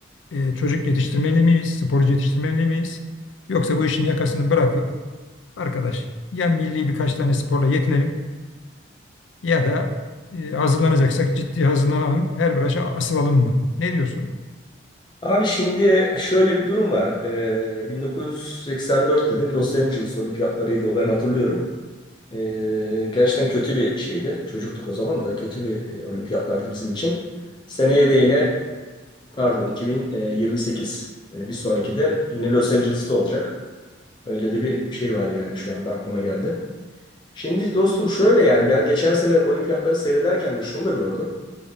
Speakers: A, on the left (about 80°); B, on the left (about 25°).
A: e, çocuk yetiştirmeli miyiz, sporcu yetiştirmeli miyiz? Yoksa bu işin yakasını bırakıp Arkadaş ya milli birkaç tane sporla yetinelim ya da e, hazırlanacaksak ciddi hazırlanalım. Her branşa asılalım mı? Ne diyorsun?
B: Abi şimdi şöyle bir durum var. Ee, 1984 dedin Los Angeles olimpiyatlarıydı o ben hatırlıyorum. Ee, gerçekten kötü bir şeydi. Çocuktuk o zaman da kötü bir e, olimpiyatlardı bizim için. Seneye de yine pardon 2028 e, bir sonraki de yine Los Angeles'ta olacak. Öyle de bir şey var yani şu anda aklıma geldi. Şimdi dostum şöyle yani ben geçen sene olimpiyatları seyrederken de şunu da gördüm.